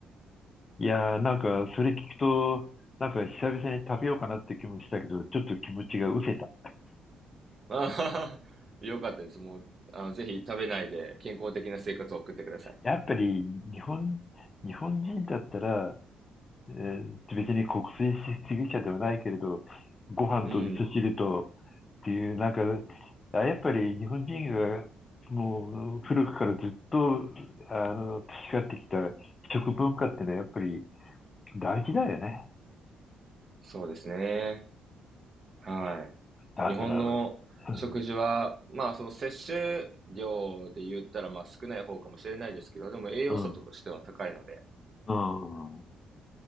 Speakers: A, on the left; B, on the right.
A: いやー、なんか、それ聞くと、なんか、久々に食べようかなって気もしたけど、ちょっと気持ちが失せた。
B: あははよかったです。もう、あの、ぜひ食べないで健康的な生活を送ってください。
A: やっぱり、日本、日本人だったら、えー別に国粋主義者ではないけれど、ご飯と味噌汁とっ
B: うん。
A: ていう、なんか、あ、やっぱり日本人が、もう、古くからずっと、あの、培ってきた食文化ってのは、やっぱり大事だよね。
B: そうですね。は
A: だから、
B: い。日本の食事は、
A: うん、
B: まあ、その摂取量で言ったら、まあ、少ない方かもしれないですけど、でも栄養素としては高いので、
A: うん、うん。